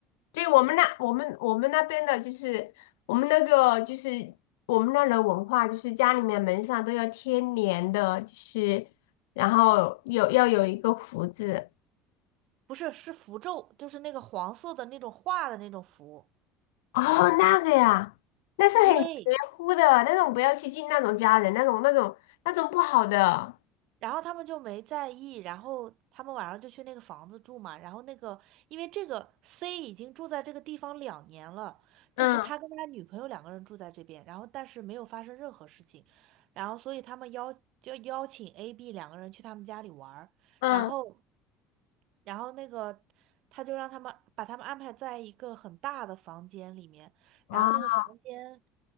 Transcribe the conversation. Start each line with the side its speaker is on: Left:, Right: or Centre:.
Left: 对我们那我们我们那边的就是我们那个就是我们那儿的文化，就是家里面门上都要贴年的，就是然后有要有一个福字。
Right: 不是，是符咒，就是那个黄色的那种画的那种符。
Left: 哦，那个呀，那是很邪乎的，
Right: 对，
Left: 那种不要去进那种家人，那种那种那种不好的。
Right: 然后他们就没在意，然后他们晚上就去那个房子住嘛。然后那个，因为这个 C 已经住在这个地方两年了，就是他跟他女朋友两个人住在这边，
Left: 嗯
Right: 然后但是没有发生任何事情，然后所以他们邀就邀请 A、B 两个人去他们家里玩儿，
Left: 嗯
Right: 然后然后那个他就让他们把他们安排在一个很大的房间里面，然后那个房间，
Left: 啊，